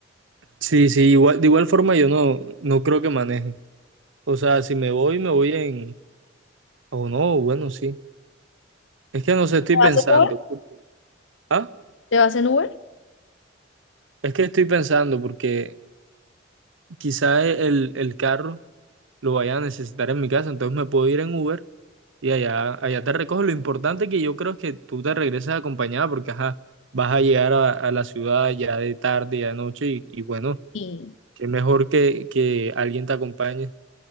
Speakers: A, on the right; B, on the left.
A: sí, sí, igual, de igual forma yo no, no creo que maneje. O sea, si me voy, me voy en, o no, bueno, sí. Es que no sé, estoy
B: ¿Te vas
A: pensando.
B: en Uber?
A: ¿Ah?
B: ¿Te vas en Uber?
A: Es que estoy pensando porque quizá el, el carro lo vaya a necesitar en mi casa, entonces me puedo ir en Uber y allá, allá te recojo. Lo importante que yo creo es que tú te regreses acompañada porque ajá, vas a llegar a, a la ciudad ya de tarde, ya de noche y, y bueno,
B: Sí.
A: es mejor que, que alguien te acompañe,